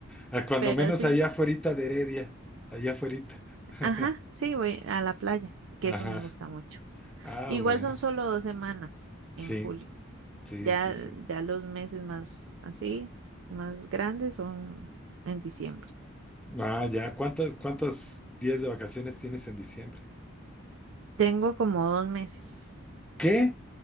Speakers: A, in the centre; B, on the right (about 65°).
A: A Cuando
B: pero
A: menos
B: sí.
A: allá afuerita de Heredia, allá afuerita. <laughs>
B: Ajá, sí, voy a la playa, que
A: Ajá.
B: eso me gusta mucho.
A: Ah,
B: Igual
A: bueno.
B: son solo dos semanas en
A: Sí,
B: julio.
A: sí,
B: Ya,
A: sí, sí.
B: ya los meses más así, más grandes son en diciembre.
A: Ah, ya. ¿Cuántas, cuántos días de vacaciones tienes en diciembre?
B: Tengo como dos meses.
A: ¿Qué?